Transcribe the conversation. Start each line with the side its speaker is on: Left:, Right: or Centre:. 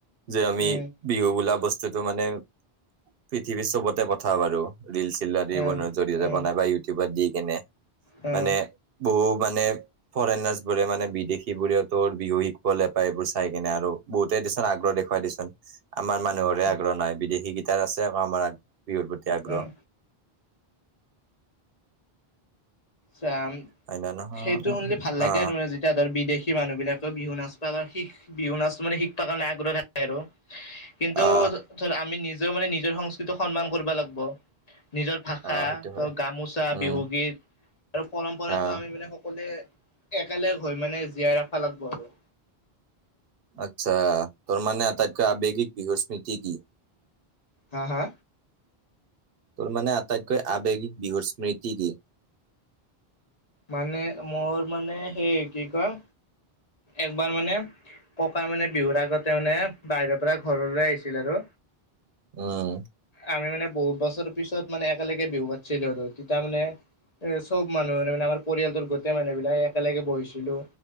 Right: যে আমি
Left: উম,
Right: বিহু বোলা বস্তুত মানে পৃথিৱীত চবতে পঠাওঁ বাৰো ৰিল চিল <unintelligible>
Left: উম,
Right: জৰিয়তে
Left: উম,
Right: বনাই বা ইউটিউবত দি কেনে
Left: উম,
Right: মানে বহু মান ফৰেনাৰছ বোৰে মানে বিদেশী বোৰে ত বিহু শিকিবলৈ পায় এইবোৰ চাই কিনে আৰু বহুতেই দিত আগ্ৰহ দেখুৱাই দিছোন আমাৰ মানুহৰে
Left: উম,
Right: আগ্ৰহ নাই বিদেশী কিটাৰ আছে আকৌ আমাৰ বিহুৰ প্ৰতি আগ্ৰহ
Left: উম। চাম
Right: হয় ন নহয়
Left: সেইটো শুনিলে ভাল লাগে
Right: অ
Left: আৰু যেতিয়া ধৰ বিদেশী মানুহ বিলাকৰ বিহু নাচপাত শিখ বিহু নাচ মানে শিকবৰ কাৰণে আগ্ৰহ আৰু কিন্তু
Right: অ
Left: ধ আমি নিজ নি মানে নিজৰ সংস্কৃতিক সন্মান কৰিব লাগিব নিজৰ ভাষা,
Right: অ সেইটো হয়
Left: ত গামোচা,
Right: উম
Left: বিহুগীত আৰু পৰম্পৰাতটো
Right: অ
Left: আমি মানে লে একেলগ হৈ মানে জীয়াই ৰখা লাগিব আৰু।
Right: আচ্ছা ত মানে আ তাইতক আৱেগিক বিহু স্মৃতি কি?
Left: হা-হা?
Right: তোৰ মানে আটাইতকৈ আৱেগিক বিহুৰ স্মৃতি কি?
Left: মানে মোৰ মানে সেই কি কয় একবাৰ মানে ককা মানে বিহুৰ আগতে মানে বাহিৰৰ পৰা ঘৰলৈ আহিছিল আৰু
Right: উম
Left: আমি মানে বহুত বছৰ পিছত মানে একেলগে বিহু পাতিছিলো আৰু তাৰ মানে এ চব মানুহ মানে আমাৰ পৰিয়ালটোৰ গোটেই মানুহ বিলাক একেলগে বহিছিলো